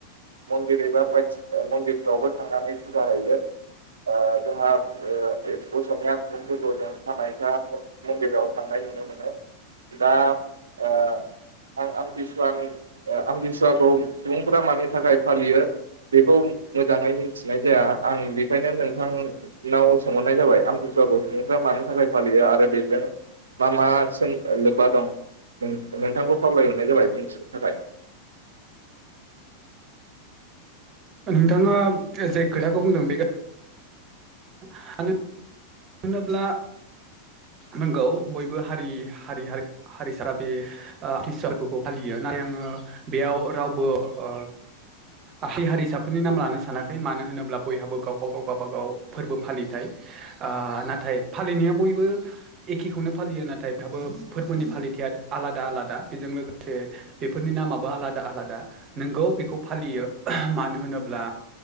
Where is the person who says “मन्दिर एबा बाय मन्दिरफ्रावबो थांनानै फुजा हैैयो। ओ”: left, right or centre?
Right